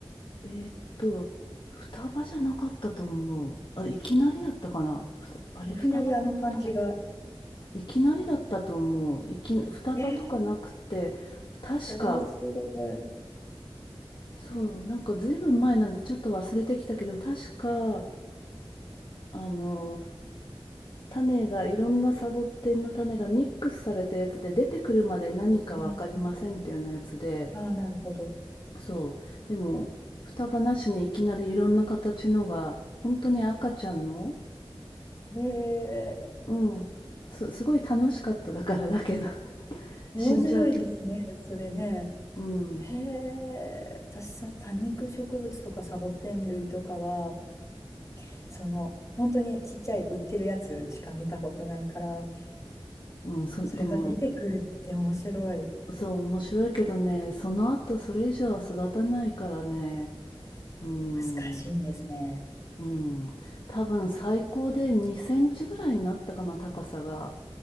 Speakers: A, on the left; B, on the left.
A: えーっと、双葉じゃなかったと思う。あ、いきなりだったかな。ふた、あれ、
B: いきなりあの感じが。
A: 双葉だったっけいきなりだったと思う。いき、双葉とかなくて、
B: <laughs> えー、
A: 確か、
B: 面白い。うん
A: そう、なんかずいぶん前なんでちょっと忘れてきたけど、確か、あの、種が、いろんなサボテンの種がミックスされたやつで、出てくるまで何かわかりませんっていうようなやつで、
B: うんああ、なるほど。
A: そう。でも、双葉なしにいきなりいろんな形のが、本当に赤ちゃんの、
B: へえ、
A: うん。すすごい楽しかった、だから、だけど、<laughs>
B: 面白いですね、
A: 死んじゃうけど。
B: それね。
A: うん。
B: へえ、私、その多肉植物とかサボテン類とかは、その、本当にちっちゃい売ってるやつしか見たことないから、
A: うん、うん、そでも、
B: それが出てくるって面白い。
A: そう、面白いけどね、その後それ以上は育たないからね、うん、
B: 難しいんですね。
A: うん、多分最高で2センチぐらいになったかな、高さが。